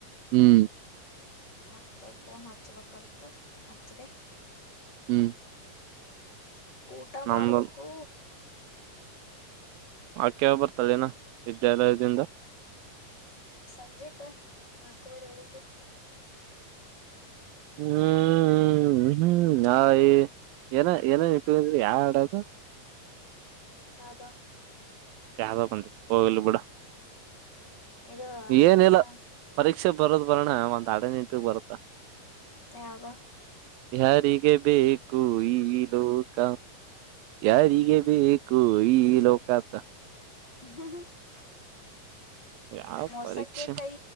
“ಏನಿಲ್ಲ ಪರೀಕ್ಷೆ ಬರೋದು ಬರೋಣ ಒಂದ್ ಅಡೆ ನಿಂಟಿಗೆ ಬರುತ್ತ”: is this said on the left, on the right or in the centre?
Right